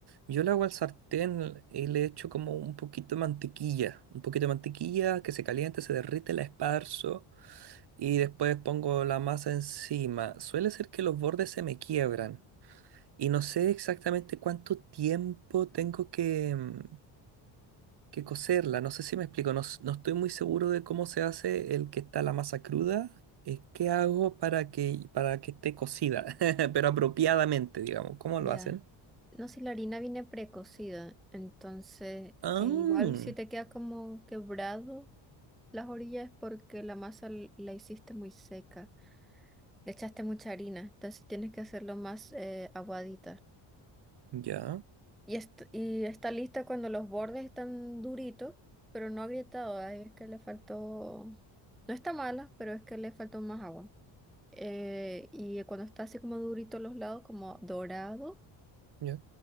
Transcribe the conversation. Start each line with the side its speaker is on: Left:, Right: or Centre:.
Right: Yo la hago al sartén y le echo como un poquito de mantequilla, un poquito de mantequilla que se caliente, se derrite, la esparzo y después pongo la masa encima. Suele ser que los bordes se me quiebran. Y no sé exactamente cuánto tiempo tengo que, mm, que cocerla. No sé si me explico. No, s- no estoy muy seguro de cómo se hace el que está la masa cruda. eh, ¿qué hago para que, para que esté cocida? <laughs> Pero apropiadamente, digamos. ¿Cómo
Centre: Ya.
Right: lo hacen?
Centre: No sé, la harina viene precocida, entonces
Right: Ah,
Centre: eh, igual si te queda como quebrado las orillas es porque la masa l- la hiciste muy seca, le echaste mucha harina, entonces tienes que hacerlo más eh, aguadita.
Right: ya,
Centre: Y, est- y está lista cuando los bordes están duritos, pero no agrietados. Ahí es que le faltó. No está mala, pero es que le faltó más agua. Eh, y cuando está así como durito los lados, como dorado,
Right: ya.